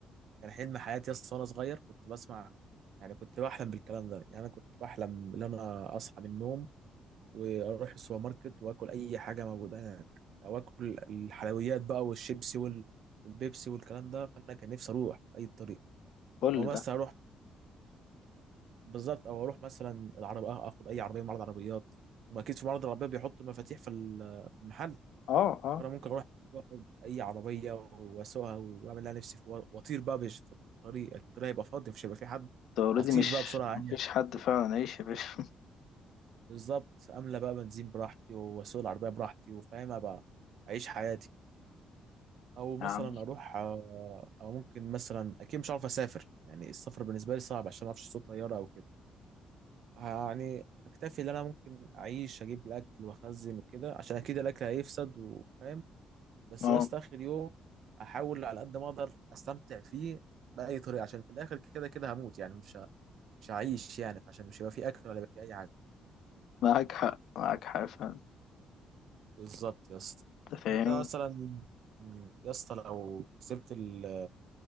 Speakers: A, on the right; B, on the left.
A: كان حلم حياتي يا اسطى وانا صغير كنت بسمع يعني كنت بحلم بالكلام ده يعني انا كنت بحلم ان انا اصحى من النوم واروح السوبر ماركت واكل اي حاجه موجوده هناك او اكل الحلويات بقى والشيبسي وال- والبيبسي والكلام ده فانا كان نفسي اروح باي طريقه
B: كل
A: او مثلا
B: ده
A: اروح بالظبط او اروح مثلا العربية آه، اخد اي عربيه من معرض عربيات واكيد في معرض العربيات بيحطوا المفاتيح في ال- في المحل
B: اه اه
A: فانا ممكن اروح واخد اي عربيه واسوقها واعمل لها نفسي في- واطير بقى بش- في الطريق الطريق هيبقى فاضي مش هيبقى في حد
B: انت اوريدي
A: اطير
B: مش
A: بقى بسرعه عاليه
B: مفيش حد فعلا عيش يا باشا <laughs>
A: بالظبط املى بقى بنزين براحتي واسوق العربيه براحتي وفاهمها بقى اعيش حياتي او مثلا
B: يا عم
A: اروح آه، او ممكن مثلا اكيد مش عارف اسافر يعني السفر بالنسبه لي صعب عشان ما اعرفش صوت طياره او كده يعني اكتفي ان انا ممكن اعيش اجيب الاكل واخزن وكده عشان اكيد الاكل هيفسد وفاهم بس
B: اه
A: يا اسطى اخر يوم احاول على قد ما اقدر استمتع فيه باي طريقه عشان في الاخر كده كده هموت يعني مش ه- مش هعيش يعني عشان مش هيبقى في اكل ولا هيبقى في اي حاجه
B: معاك حق معاك حق فعلا
A: بالظبط يا اسطى
B: انت فاهم
A: انت مثلا م، يا اسطى لو كسبت ال...